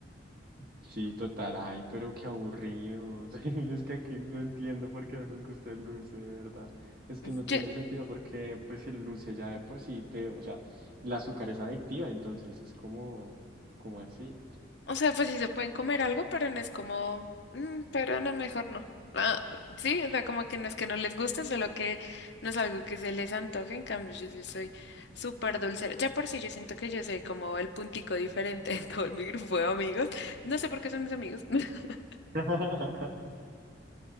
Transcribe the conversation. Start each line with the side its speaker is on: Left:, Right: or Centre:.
Right: Sí, total. Ay, pero qué aburridos. <laughs> Es que aquí no entiendo por qué no les gusta el dulce, de verdad. Es que
Left: Yo-
Right: no tiene sentido porque pues el dulce ya de por sí, de, o sea, el azúcar es adictiva, entonces es como, como así.
Left: O sea, pues sí se pueden comer algo, pero no es como, "Mm, pero no, mejor no. Ah, sí, o sea, como que no es que no les guste, solo que no es algo que se les antoje. En cambio, yo sí soy súper dulcera. Ya por sí, yo siento que yo soy como el puntico diferente en todo mi grupo de amigos. No sé por qué son mis amigos. <laughs>
Right: <laughs>